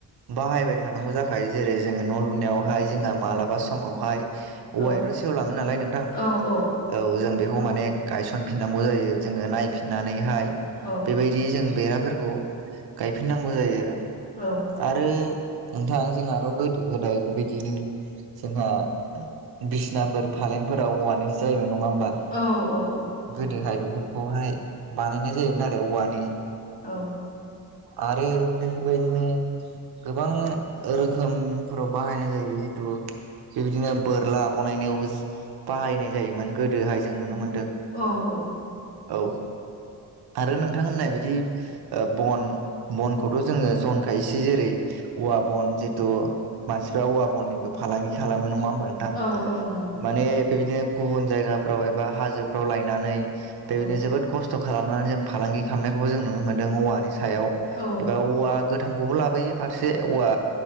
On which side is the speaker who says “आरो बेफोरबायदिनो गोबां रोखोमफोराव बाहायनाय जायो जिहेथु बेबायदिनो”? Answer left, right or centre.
Right